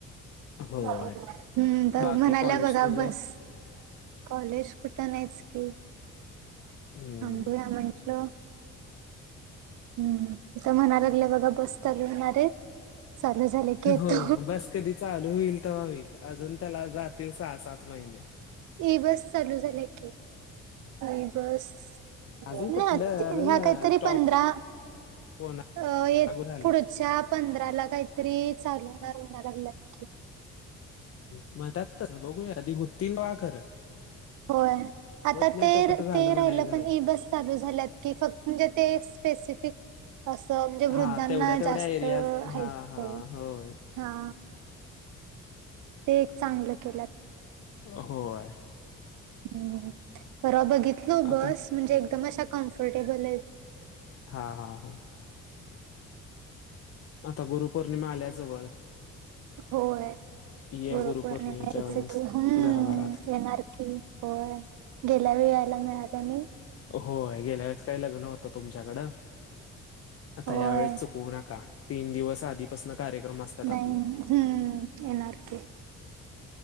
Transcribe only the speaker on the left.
होय
बाकी
कॉलेज
तुझं
हम्म
हो बस कधी चालू होईल तेव्हा होईल अजून त्याला जातील सहा-सात महिने.
अजून
कुठलं
अजून
स्टॉप
कोणा
लागू झाल्यात
म्हणतात तसं बघूया आधी होतील तेव्हा खरं.
होत नाही
तोपर्यंत झालं
म्हणायचं
नाही
हा
तेवढ्या तेवढ्या
एरियाज
हा
हा होय
होय.
आता
हा हा हो. आता गुरुपौर्णिमा आल्याजवळ.
ये
गुरुपौर्णिमेच्या
वेळेस
जरा भरात
होय गेल्या वेळेस काही लग्न होतं तुमच्याकडं आता
यावेेळेस चुकवू नका. तीन दिवस आधीपसनं कार्यक्रम असतात आपला.